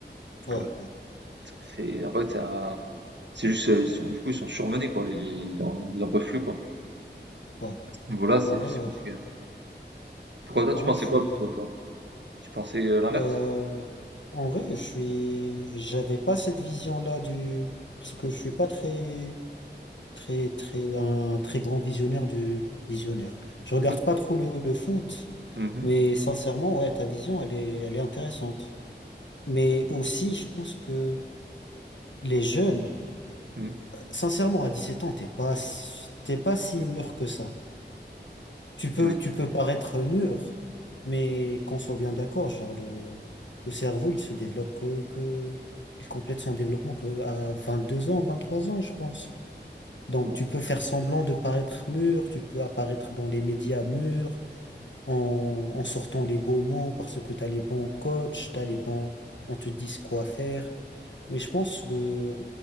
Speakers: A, on the right (about 75°); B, on the left (about 80°).
A: Donc,
B: ouais,
A: euh,
B: ouais.
A: c'est, en fait, ça- c'est juste, euh, ils sont, du coup, ils sont surmenés, quoi. Ils, en- ils en peuvent plus, quoi.
B: Ouais.
A: Voilà, c'est
B: En vrai,
A: c'est
B: ouais.
A: compliqué.
B: je-
A: Pourquoi toi,
B: En
A: tu
B: vrai,
A: pensais
B: je suis.
A: quoi plutôt, toi? Tu pensais euh, l'inverse?
B: euh, En vrai, je suis. J'avais pas cette vision-là du. Parce que je suis pas très, très, très, un très grand visionnaire du visionnaire. Je regarde
A: Mmh.
B: pas trop le, le foot,
A: Mmh
B: mais sincèrement, ouais, ta vision, elle est, elle est intéressante. Mais aussi, je pense que les jeunes,
A: Mmh.
B: sincèrement, à dix sept ans, t'es pas, si- t'es pas si mûr que ça. Tu peux,
A: Oui.
B: tu peux paraître mûr, mais qu'on soit bien d'accord, genre le, le cerveau, il se développe que, que, il complète son développement que à deux ans, vingt trois ans, je pense. Donc
A: Bon.
B: tu peux faire semblant de paraître mûr, tu peux apparaître dans les médias mûrs, en, en sortant les beaux mots parce que t'as les bons coachs, t'as les bons, on te dit quoi faire. Mais je pense de,